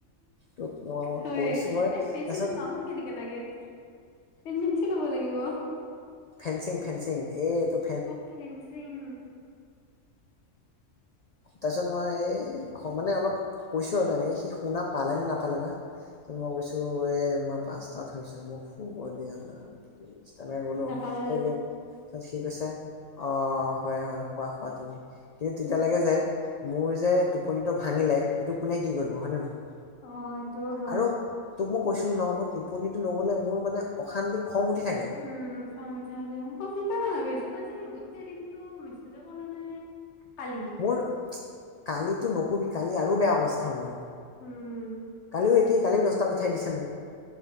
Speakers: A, on the left; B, on the left.
A: তোক মই
B: হয়
A: কৰিছো মই
B: এ, ফেঞ্চিলত
A: তাৰপিছত
B: মামৰ কেনেকে লাগিল, পেঞ্চিল হ'ব লাগিব।
A: ফেচিং ফেচিং, এই তোৰ
B: অ' ফেনচিং।
A: তাৰপিছত মই এই মানে অলপ কৈছোঁ আৰু তেনেকে সি শুনা পালে নে নাপালে বা। ত' মই কৈছোঁ এ, মই পাঁচটাত শুইছোঁ, মোক শুব দিয়া না। তেনেকে কলোঁ।
B: নাপালো
A: সেই
B: দে
A: তাৰপিছত সি কৈছে অ' হয় হয় শুৱা শুৱা তুমি কিন্তু এতিয়ালৈকে যে মোৰ যে টোপনিটো ভাঙিলে সেইটো কোনে কি কৰিব হয় নে নহয়?
B: অ' সেইটোও হয়।
A: আৰু তোক মই কৈছিলো ন' মই টোপনিতো নগ'লে মোৰ মানে অশান্তি খং উঠি থাকে।
B: উম, খং উঠে থাকে। অ' সেইকাৰণে ভাবিছোঁ গোটেই দিনটো মেছেজ কৰা নাই। কালি।
A: মোৰ কালিটো নকবি, কালি আৰু বেয়া অৱস্থা মোৰ।
B: উম।
A: সেই একেই কালি দচটাত উঠাই দিছে মোক,